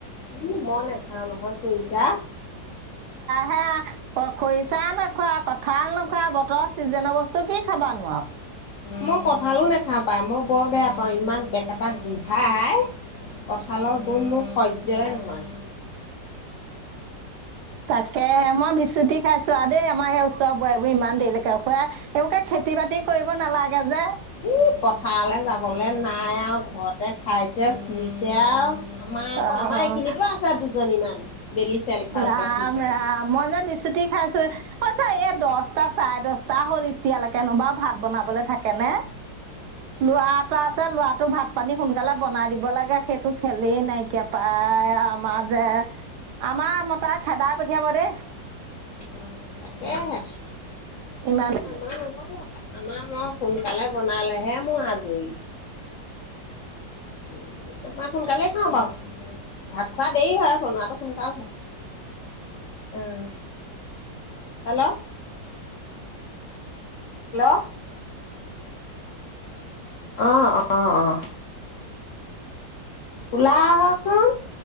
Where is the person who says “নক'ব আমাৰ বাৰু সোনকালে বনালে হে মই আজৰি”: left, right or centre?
Left